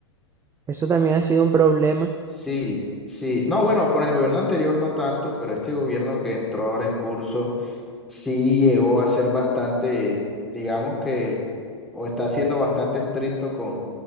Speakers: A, on the right; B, in the centre.
A: Eso también ha sido un problema
B: Sí, sí. No, bueno, con el gobierno anterior no tanto, pero este gobierno que entró ahora en curso sí llegó a ser bastante, digamos que, o está siendo bastante estricto con,